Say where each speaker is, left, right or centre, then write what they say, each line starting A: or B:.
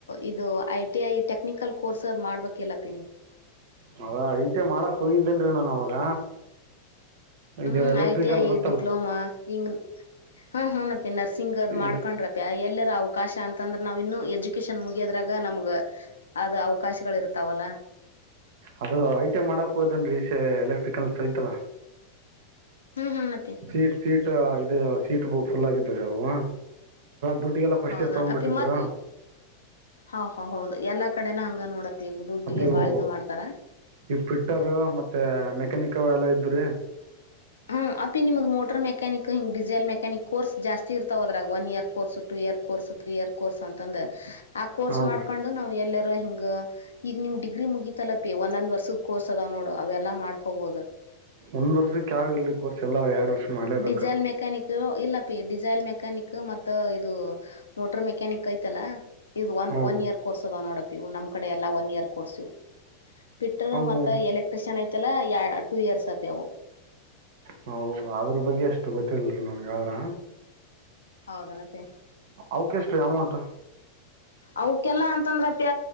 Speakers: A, on the left; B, on the right.
A: ಇದು I T I technical course ಅದು್ ಮಾಡ್ಬೇಕಿಲ್ಲ ಪಿನಿ
B: ಹದ ಐತೆ ಮಾಡಕ್ ಹೋಗಿದ್ದೇನ್ರೀ ನಾನ್ ಅವಾಗ ಇದು
A: ಹ್ಮ್
B: ಎಲೆಕ್ಟ್ರಿಕಲ್
A: ಐ ಟಿ ಐ
B: ಗೊತ್ತಲ್ಲ
A: ಡಿಪ್ಲೋಮಾ ಹಂಗ ಹಾ ಹನಪ್ಪಿ ನರ್ಸಿಂಗ್ ಅದ್
B: ಈ
A: ಮಾಡ್ಕೊಂಡ್ರಪ್ಪಿ ಎಲ್ಲ ಅವಕಾಶ ಅಂತಂದ್ರೆ ನಾವ್ ಇನ್ನು ಎಜುಕೇಶನ್ ಮುಗಿಯದ್ರಾಗ ನಮ್ಗ ಅದ ಅವಕಾಶಗಳು ಇರ್ತಾವಲ್ಲ
B: ಅದ ಐಟ್ ಮಾಡಕ್ ಹೋದೇನ್ೀ ಎಲೆಕ್ಟ್ರಿಕಲ್ಸ್ ಐತಲ್ಲ
A: ಹ್ಮ್ ಹ್ಮ್ ಅಪ್ಪಿ
B: ಸೀಟ್ ಸೀಟ್ ಇ ಸೀಟ್ ಬ ಫುಲ್ ಆಗಿದ್ರೀ ಅವು ದುಡ್ಡುಿಗೆಲ್ಲ ಫಸ್ಟ್
A: ಹೌದಾ
B: ತಗ್ಬಿಟ್ಟಿದ್ರು
A: ಅಪ್ಪಿ ಮತ್ ಹ ಹ ಹೌದು ಎಲ್ಲಾ ಕಡೆನ ಹಂಗ ನೋಡಪ್ಪ ಈಗ ದುಡ್ಡಿಗೆ
B: ಇವು
A: ಬಾಳಿದು ಮಾಡ್ತಾರ
B: ಈ ಪಿಟ್ಟರ್ ಮತ್ತೆ ಮೆಕ್ಯಾನಿಕ್ ಎಲ್ಲ ಇದ್ರೀ ಹ
A: ಹ್ಮ್ ಅಪಿ ನಿಮಗೆ ಮೋಟರ್ ಮೆ್ಯಾನಕ್ ಹಿಂ ಡಿಸೈಲ್ ಮೆಕಾನಿಕ್ ಕೋರ್ ಜಾಸ್ತಿ ಇರ್ತಾವೋದ್ರಾಗ one year course two year course ಇರ್ ಕೋರ್ಸ್ ಅಂತಂದ ಆ ಕೋರ್ಸ್
B: ಹಾಂ
A: ಮಾಡ್ಕೊಂಡು
B: ರೀ
A: ನವು ಎ ಹಿಂಗ ಈಗ ನಿಮ್ ಡಿಗ್ರಿ ಮುಗೀಿತಲ್ಲ ಪಿ ಒಂದ್ೊಂದ್ ವರ್ಷದ ಕೋರ್ಸ್ ಅದಾವ ನೋಡು ಅವೆಲ್ಲಾ ಮಾಡ್ಕೋಬಹದು
B: ಒಂದ್ ವರ್ಷಕ್ಕೆ ಯಾವ ಇಲ್ರಿ ಕೋರ್ಸ್ ಎಲ್ಲ ಎರಡ್ ವರ್ಷ ಮಾಡ್ಲೇಬೇಕು
A: ಡೀಿಸೆಲ್ ಮೆಕಾನಿಕ್ ಇಲ್ಲ ಪಿ ಡಿಸೈಲ್ ಮೆಕ್ಯಾನಿಕ್ ಮತ್ತ ಇದು ಮೋಟರ್ ಮೆಕ್ಯಾನಿಕ್ ಐತಲ್ಲಾ ಇದು ಒನ್
B: ಹ್ಞೂ
A: ಒನ್ ಇಯರ್ ಕೋರ್ಸ್ ಅದ ನೋಡಪಿ ಇವು ನಮ್ ಕಡೆ ಎಲ್ಲಾ ಒನ್ ಇಯರ್ ಕೋರ್ಸ್ ಇವು ಬಿಟ್ಟ್ರ
B: ಅವು
A: ಮತ್ತ ಎಲೆಕ್ಟ್ರಿಷಿಯನ್ ಐತಲ್ಲ ಟೂ ಇಯರ್ಸ್ ಅಪಿ ಅವು
B: ಹ ಅದ್ರ ಬಗ್ಗೆ ಅಷ್ಟು ಗೊತ್ತಿಲ್ರಿ ನನ್ಗ ಆದ್ರ
A: ಹೌದನಪಿ
B: ಅವಕ ಎಷ್ಟ ರೀ ಅಮೌಂಟ್
A: ಅವಕಲ್ಲಾ ಅಂತಂದ್ರಪ್ಪ